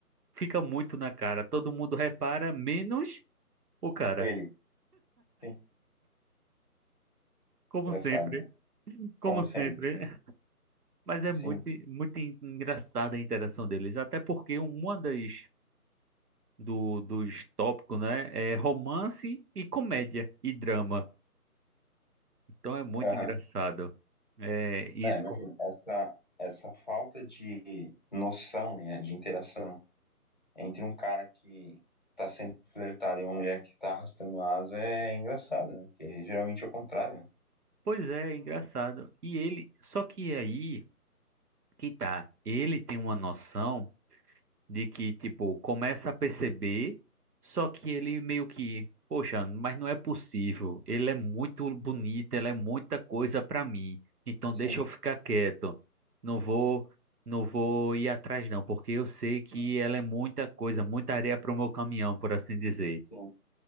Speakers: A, on the right; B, on the left.
A: fica muito na cara. Todo mundo repara, menos o cara.
B: ele. Sim,
A: Como
B: engraçado,
A: sempre,
B: né?
A: como
B: Como
A: sempre.
B: sempre.
A: <laughs> Mas é
B: Sim.
A: muito, muito engraçada a interação deles. Até porque uma das do, dos tópicos, né? É romance e comédia e drama. Então é muito
B: Aham.
A: engraçado. É isso.
B: É, imagina,
A: co-
B: essa, essa falta de noção, né, de interação entre um cara que tá sendo flertado e uma mulher que tá arrastando asa é engraçado, né? Porque geralmente é o contrário, né?
A: Pois é, é engraçado. E ele, só que aí que tá, ele tem uma noção. de que, tipo, começa a perceber, só que ele meio que, poxa, mas não é possível. Ele é muito bonito, ela é muita coisa pra mim. Então
B: Sim,
A: deixa eu ficar quieto. Não vou, não vou ir atrás não, porque eu sei que ela é muita coisa, muita areia pro meu caminhão, por assim dizer.
B: sim.